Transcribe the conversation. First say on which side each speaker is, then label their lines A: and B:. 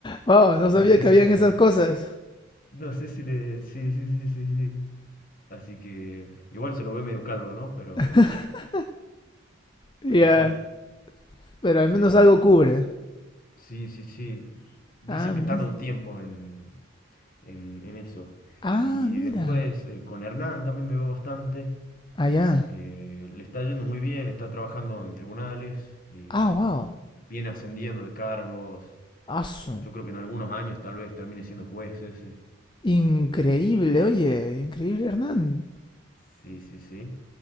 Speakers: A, on the left; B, on the left.
A: Wow, no sabía
B: No sé
A: que habían
B: si le.
A: esas cosas.
B: No sé si le. Sí, sí, sí, sí, sí. Así que. Igual se lo ve medio calvo, ¿no? Pero.
A: <laughs> Ya,
B: Pero sí.
A: pero al
B: Sí.
A: menos algo
B: y-
A: cubre.
B: Sí, sí, sí. Dicen
A: Ah, mira.
B: que tarda un tiempo en, en, en eso.
A: Ah,
B: Y
A: mira.
B: después eh, con Hernán también me veo bastante.
A: Allá.
B: Eh, le está yendo muy bien, está trabajando en tribunales y
A: Ah, wow.
B: viene ascendiendo de cargos.
A: Aso.
B: Yo creo que en algunos años tal vez termine siendo juez ese.
A: Increíble, oye, increíble, Hernán.
B: Sí, sí, sí.